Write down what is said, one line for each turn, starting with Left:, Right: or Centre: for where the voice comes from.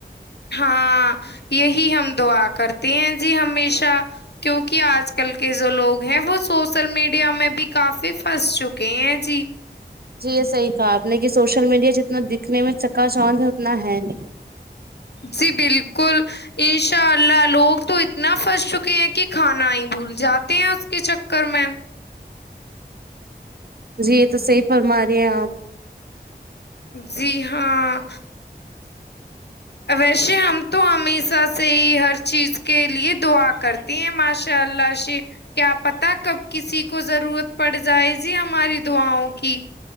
Left: ہاں یہی ہم دعا کرتے ہیں جی ہمیشہ کیونکہ آج کل کے جو لوگ ہیں وہ سوشل میڈیا میں بھی کافی پھنس چکے ہیں جی
Right: جی یہ صحیح کہا آپ نے کہ سوشل میڈیا جتنا دکھنے میں چکا چانند ہے اتنا ہے نہیں
Left: جی بالکل انشاء اللہ لوگ تو اتنا پھنس چکے ہیں کہ کھانا ہی بھول جاتے ہیں اس کے چکر میں
Right: جی یہ تو صحی فرما رہے ہیں آپ
Left: جی ہاں ویسے ہم تو ہمیشہ سے ہی ہر چیز کے لیے دعا کرتے ہیں ماشاء اللہ سے کیا پتا کب کسی کو ضرورت پڑ جائزی ہماری دعاؤں کی کہ